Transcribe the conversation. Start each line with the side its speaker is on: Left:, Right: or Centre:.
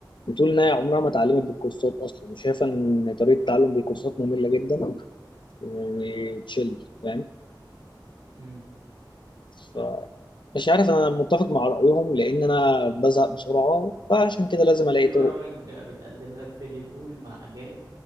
Left: بتقول انها عمرها ما اتعلمت بالكورسات اصلا وشايفه ان طريقه التعلم بالكورسات ممله جدا وتشيل فاهم
Right: مم.
Left: ف مش عارف انا متفق مع رايهم لان انا بزهق بسرعه فعشان كده لازم الاقي
Right: في
Left: طرق
Right: برامج بتقدم لك فيديو كول مع أجانب